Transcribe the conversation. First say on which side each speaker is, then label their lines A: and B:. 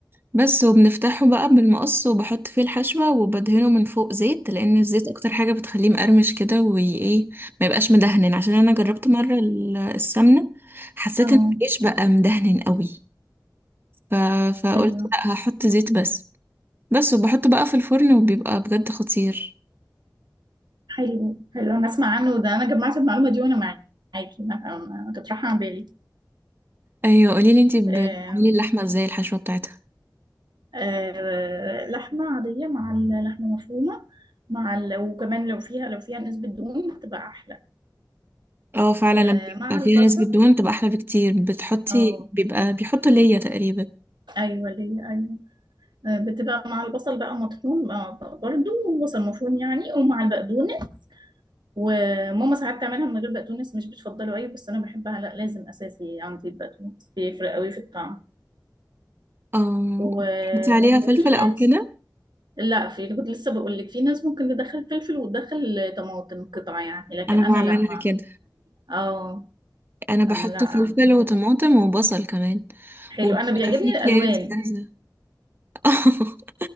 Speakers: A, on the right (about 30°); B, on the right (about 80°).
A: بس وبنفتحه بقى بالمقص وبحط فيه الحشوة وبدهنه من فوق زيت لأن الزيت أكتر حاجة بتخليه مقرمش كده وإيه ما يبقاش مدهن عشان أنا جربت مرة ال- السمنة حسيت
B: اه
A: إن العيش بقى مدهن قوي ف... فقلت
B: ايوه
A: لأ هحط زيت بس بس وبحطه بقى في الفرن وبيبقى بجد خطير
B: حلو حلو انا اسمع عنه ده انا جمعت المعلومة دي وانا معاكي ما ما- ما كانت رايحة عن بالي
A: أيوة قوليلي انتي بتعملي
B: آم،
A: اللحمة ازاي الحشوة بتاعتها
B: آه، لحمة عادية مع اللحمة مفرومة مع ال... وكمان لو فيها لو فيها نسبة دهون بتبقى أحلى
A: اه فعلا
B: آه،
A: لما بيبقى
B: مع البصل
A: فيها نسبة دهون بتبقى أحلى بكتير بتحطي
B: اه
A: بيبقى بيحطوا ليا تقريبا
B: ايوه ليه ايوه بتبقى مع البصل بقى مطحون بقى برضو وبصل مفروم يعني ومع البقدونس وماما ساعات تعملها من غير بقدونس مش بتفضله أوي بس أنا بحبها لا لازم أساسي عندي البقدونس بيفرق أوي في الطعم
A: اه
B: و...
A: بتحطي عليها
B: وفي
A: فلفل أو
B: ناس
A: كده
B: لا في كنت لسه بقول لك في ناس ممكن تدخل فلفل وتدخل طماطم قطع يعني لكن
A: انا
B: أنا
A: بعملها
B: لا مع
A: كده
B: اه
A: انا بحط
B: أنا لا عندنا
A: فلفل وطماطم وبصل كمان
B: حلو
A: وبيبقى
B: أنا بيعجبني
A: فيه
B: الألوان
A: كيس جاهزه <laughs>